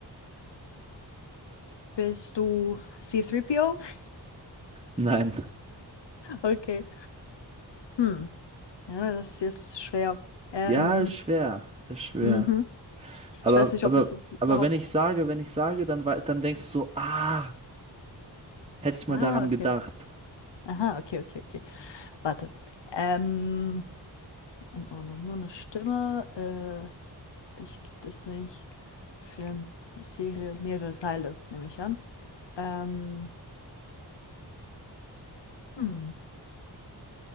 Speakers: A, on the left (about 80°); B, on the right (about 15°).
A: Bist du C3PO? <laughs>
B: Nein.
A: Okay. Hm. Ja, das ist jetzt schwer. Ähm,
B: Ja, ist schwer, ist schwer.
A: mhm.
B: Aber,
A: Ich weiß nicht,
B: aber,
A: ob ich dich
B: aber
A: überhaupt.
B: wenn ich sage, wenn ich sage, dann, wei- dann denkst du so, ah, hätte ich mal
A: Ah,
B: daran
A: okay.
B: gedacht.
A: Aha, okay, okay, okay. Warte. Ähm, in Ordnung. Nur eine Stimme. Äh, Dich gibt es nicht. Film, Serie, mehrere Teile, nehme ich an. Ähm, hm.